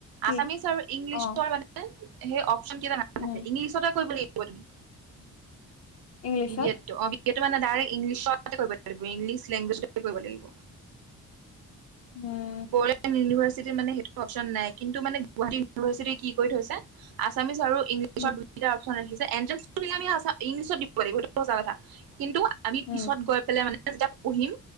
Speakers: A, on the left; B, on the right.
A: কি
B: আছামিছ আৰু ইংলিছটোৰ
A: অ
B: <unintelligible> <unintelligible> সেই অপশ্যন কেইটা নাথাকে
A: উম
B: ইংলিছতে কৰিব লাগিব তুমি।
A: ইংলিছত
B: বি এডটো অ বি এডটো মানে ডাইৰেক্ট ইংলিছতে কৰিব লাগিব ইংলিছ লেংগুৱেজটোত কৰিব লাগিব।
A: উম,
B: বড়োলেণ্ড ইউনিভাৰ্চিটিত মানে সেইটো অবচব নাই কিন্তু, গুৱাহাটী ইউনিভাৰ্চিটি মানে কি কৰি থৈছে আছামিছ আৰু ইংলিছত
A: উম
B: দুইটা অপচন ৰাখিছে এণ্ড জাষ্ট আমি ইংলিছত দিব লাগিব সেইটো সচা কথা, কিন্তু আমি
A: উম
B: পিছত গৈ পেলাই মানে যেতিয়া পঢ়িম,